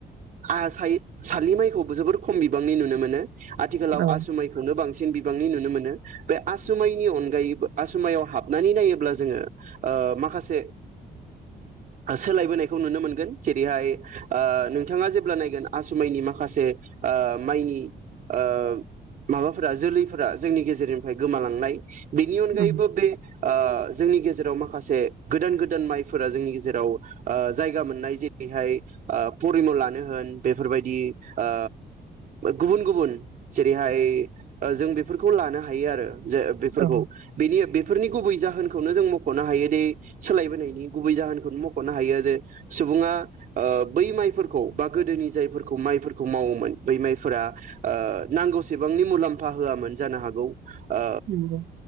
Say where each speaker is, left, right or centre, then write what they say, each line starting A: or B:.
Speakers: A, on the right; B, on the right.
A: आहा सालि माइखौबो जोबोर खम बिबांनि नुनो मोनो। आथिखालाव
B: औ
A: आसुमायखौनो बां सिन बिबांनि नुनो मोनो। बे आसुमाइनि अनगायैबो आसुमायाव हाबनानै नायोब्ला जोङो ओ माखासे सोलायबोनायखौ नुनो मोनगोन जेरैहाय ओ नोंथाङा जेब्ला नायगोन आसुमाइनि माखासे ओ माइनि ओ माबाफोरा जोलैफोरा जोंनि गेजेरनिफ्राय गोमालांनाय बिनि अनगायैबो
B: उम
A: बे ओ जोंनि गेजेराव माखासे गोदान गोदान माइफोरा जोंनि गेजेराव ओ जायगा मोननाय जेरैहाय ओ परिम' लानो होन बेफोरबायदि ओ गुबुन गुबुन जेरैहाय जों बेफोरखौ लानो हायो आरो जे बेफोरखौ
B: औ
A: बेनि बेफोरनि गुबै जाहोनखौनो जों मख'नो हायो दि सोलायबोनायनि गुबै जाहोनखौनो मख'नो हायो जे सुबुङा ओ बै माइफोरखौ बा गोदोनि जायफोरखौ माइफोरखौ मावोमोन बै माइफोरा ओ नांगौसेबांनि मुलाम्फा होआमोन जानो हागौ ओ
B: नंगौ